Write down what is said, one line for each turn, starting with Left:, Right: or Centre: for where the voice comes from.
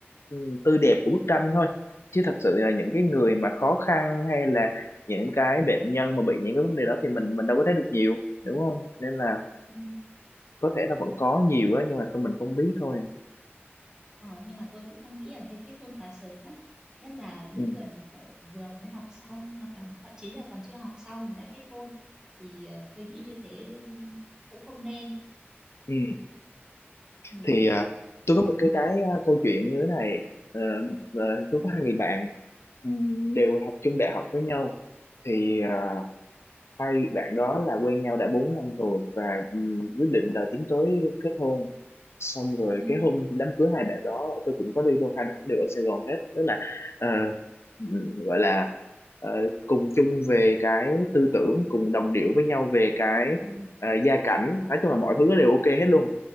Left: ừ, tươi đẹp của bức tranh thôi chứ thật sự là những cái người
Right: ừ.
Left: mà khó khăn hay là những cái bệnh nhân mà bị những cái vấn đề đó thì mình mình đâu có thấy được nhiều đúng không nên là
Right: Ừ.
Left: có thể là vẫn có nhiều đó nhưng mà không mình không biết thôi
Right: Ờ, nhưng mà tôi cũng không nghĩ là nên kết hôn quá sớm ấy nhất là những
Left: ừ.
Right: người mà kiểu vừa mới học xong hoặc là thậm chí là còn chưa học xong mà đã kết hôn thì ờ, tôi nghĩ như thế cũng không nên
Left: Ừ.
Right: ừ.
Left: thì à, tôi có một cái cái à, câu chuyện như thế này Ờ, ờ, tôi có hai người bạn ừm, đều học chung đại học với nhau thì à, hai bạn đó là quen nhau đã 4 năm rồi và ừm, quyết định là tiến tới kết hôn xong rồi
Right: Ừ.
Left: cái hôm đám cưới hai bạn đó tôi cũng có đi luôn hai bạn đều ở Sài Gòn hết tức là ờ, ừm, gọi là ờ, cùng chung về cái tư tưởng cùng đồng điệu với nhau về cái
Right: Ừ.
Left: ờ, gia cảnh nói chung là mọi thứ đều ok hết luôn